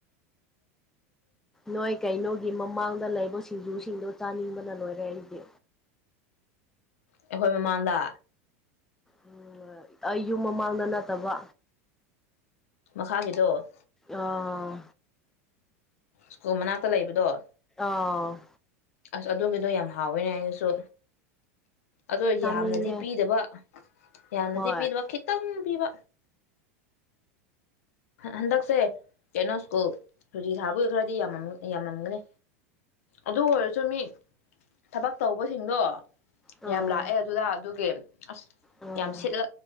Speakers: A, in the centre; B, on the left.
A: ꯅꯣꯏ ꯀꯩꯅꯣꯒꯤ ꯃꯃꯥꯡꯗ ꯂꯩꯕ ꯁꯤꯡꯖꯨꯁꯤꯡꯗꯨ ꯆꯥꯅꯤꯡꯕꯅ ꯂꯣꯏꯔꯦ ꯑꯩꯗꯤ꯫
B: ꯑꯩꯈꯣꯏ ꯃꯃꯥꯡꯗ꯫
A: ꯎꯝ ꯑꯩ ꯌꯨꯝ ꯃꯃꯥꯡꯗ ꯅꯠꯇꯕ
B: ꯈꯥꯒꯤꯗꯣ꯫
A: ꯑꯥ꯫
B: ꯁ꯭ꯀꯨꯜ ꯃꯅꯥꯛꯇ ꯂꯩꯕꯗꯣ꯫
A: ꯑꯥꯎ꯫
B: ꯑꯁ ꯑꯗꯨꯒꯤꯗꯣ ꯌꯥꯝ ꯍꯥꯎꯋꯦꯅꯦ ꯑꯩꯅꯁꯨ꯫ ꯑꯗꯣ
A: ꯆꯥꯅꯤꯡꯉꯦ
B: ꯌꯥꯝꯅꯗꯤ ꯄꯤꯗꯕ ꯌꯥꯝꯅꯗꯤ
A: ꯍꯣꯏ
B: ꯄꯤꯗꯕ ꯈꯤꯇꯪ ꯄꯤꯕ꯫ ꯍꯟꯗꯛꯁꯦ ꯀꯩꯅꯣ ꯁ꯭ꯀꯨꯜ ꯁꯨꯇꯤ ꯊꯥꯕꯒꯤ ꯈꯔꯗꯤ ꯌꯥꯝ ꯌꯥꯝꯃꯝꯒꯅꯤ꯫ ꯑꯗꯨ ꯑꯣꯏꯔꯁꯨ ꯃꯤ ꯊꯕꯛ ꯇꯧꯕꯁꯤꯡꯗꯣ
A: ꯑꯥ
B: ꯌꯥꯝ ꯂꯥꯛꯑꯦ ꯑꯗꯨꯗ ꯑꯗꯨꯒꯤ ꯑꯁ
A: ꯑꯥ
B: ꯌꯥꯝ ꯁꯤꯠꯂ